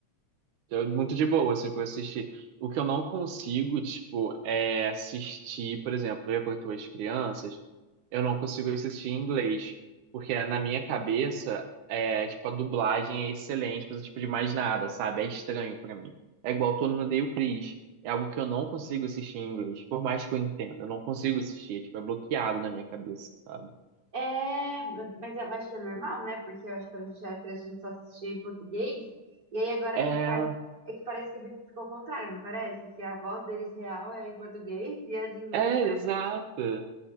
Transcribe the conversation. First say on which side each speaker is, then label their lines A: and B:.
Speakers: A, on the right; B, on the right.
A: É muito de boa, assim, pra assistir. O que eu não consigo, tipo, é assistir, por exemplo, eu para tuas crianças, eu não consigo assistir em inglês, porque na minha cabeça, é, tipo, a dublagem é excelente, coisa tipo de mais nada, sabe? É estranho pra mim. É igual Todo Mundo Odeia o Chris. É algo que eu não consigo assistir em inglês, por mais que eu entenda, eu não consigo assistir, é, tipo, é bloqueado na minha cabeça, sabe?
B: É, mas eu acho que é normal, né? Porque eu acho que quando a gente era criança, a gente só assistia em português. E aí agora
A: É,
B: é que, para, é que parece que ficou ao contrário, não parece? Que a voz deles real é em português e a de inglês
A: é,
B: parece
A: exato.
B: que